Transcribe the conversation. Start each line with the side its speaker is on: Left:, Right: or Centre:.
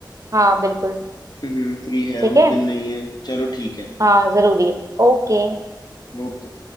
Right: हाँ बिल्कुल
Left: हम्म हम्म, फ्री है
Right: ठीक
Left: उस
Right: है
Left: दिन नहीं है चलो ठीक है
Right: हाँ जरूरी है ओके
Left: ओके